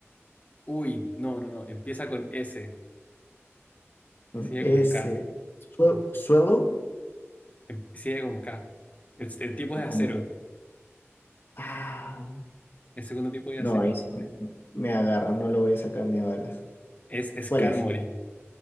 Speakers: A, on the left; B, on the left.
A: Uy, no, no, no. Empieza con S.
B: con
A: Sigue
B: S.
A: con K.
B: Sue- Suelo
A: Em- Sigue con K. Es- El, tipo es
B: con.
A: de acero.
B: Ah,
A: El segundo tipo es
B: no,
A: de acero.
B: ahí se me, me agarra, no lo voy a sacar ni a balas.
A: Es
B: ¿Cuál
A: Skarmory.
B: es?